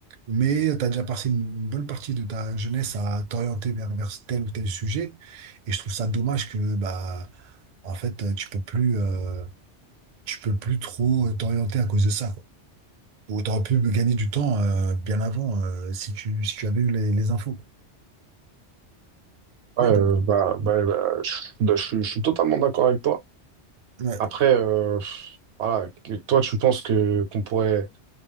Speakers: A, on the right (about 50°); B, on the right (about 70°).
A: mais tu as déjà passé une une bonne partie de ta jeunesse à t'orienter vers, vers tel ou tel sujet, et je trouve ça dommage que, bah, en fait, euh, tu peux plus. euh, tu peux plus trop euh, t'orienter à cause de ça, quoi. Ou t'aurais pu me gagner du temps euh, bien avant euh, si tu, si tu avais eu les, les infos. quoi.
B: Ouais,
A: Mais
B: euh,
A: bon,
B: bah, bah, bah, je, bah, je suis je suis totalement d'accord avec toi.
A: ouais.
B: Après, euh, voilà, que- toi, tu penses que qu'on pourrait,